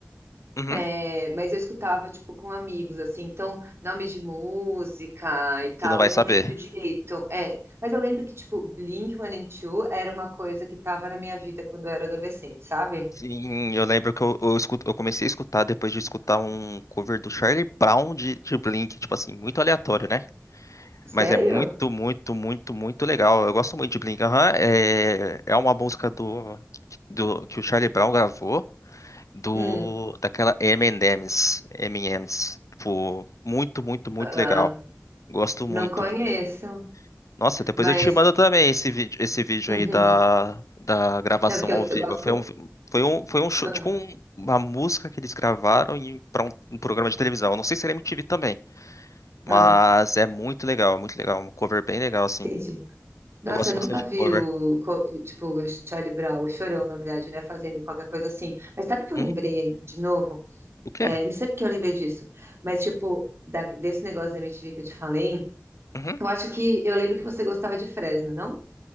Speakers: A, on the left; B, on the right.
A: Uhum.
B: É, mas eu escutava, tipo, com amigos, assim, então, nome de música e tal,
A: Você não vai
B: eu
A: saber.
B: não lembro direito. É, mas eu lembro que, tipo, Blink-182 era uma coisa que tava na minha vida quando eu era adolescente, sabe?
A: Sim, eu lembro que eu, eu, escuto- eu comecei a escutar depois de escutar um cover do Charlie Brown de, de Blink, tipo assim, muito aleatório, né? Mas
B: Sério?
A: é muito, muito, muito, muito legal. Eu gosto muito de Blink. Aham, é, é uma música do, do que o Charlie Brown gravou do
B: Hum,
A: daquela M&M's, M&M's. Tipo, muito, muito, muito
B: ah,
A: legal. Gosto
B: não
A: muito
B: conheço,
A: de Blink. Nossa, depois
B: mas...
A: eu te mando também esse vídeo, esse vídeo
B: uhum.
A: aí da, da gravação
B: Não, porque
A: ao
B: eu,
A: vivo.
B: eu gosto...
A: Foi um, foi um, foi um show,
B: ah,
A: tipo um- uma música que eles gravaram para um, um programa de televisão. Eu não sei se era MTV também,
B: ah,
A: mas é muito legal, é muito legal, um cover bem legal assim.
B: entendi. Nossa,
A: Eu gosto
B: eu nunca
A: bastante
B: vi
A: de cover.
B: o, co- tipo, o Charlie Brown, o Chorão, na verdade, né, fazendo qualquer coisa assim. Mas sabe o que eu
A: Uhum.
B: lembrei de novo?
A: O quê?
B: É, não sei porque eu lembrei disso, mas tipo, da- desse negócio da MTV que eu te falei,
A: Uhum.
B: eu acho que eu lembro que você gostava de Fresno, não?